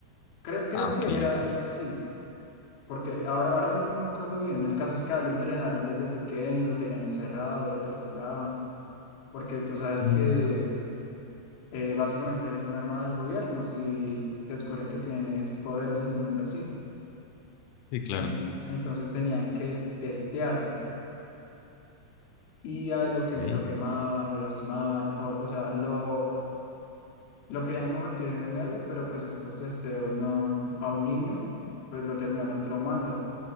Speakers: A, on the left (about 70°); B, on the left (about 85°).
A: creo, creo
B: Ah, ok,
A: que era,
B: ok.
A: era así. Porque ahora, ahora mismo no me acuerdo bien. El caso es que a él lo entrenaron desde pequeño, lo tenían encerrado, lo torturaban. Porque tú sabes
B: Ah,
A: que eh, básicamente eres un arma del gobierno si descubren que tienes poderes en un mundo así.
B: sí, claro.
A: En- entonces tenían que testearte y a él
B: Ok.
A: lo que lo quemaban, lo lastimaban, o, o sea, lo, lo querían convertir en un héroe, pero pues estos testeos no, a un niño, pues lo terminaron traumando.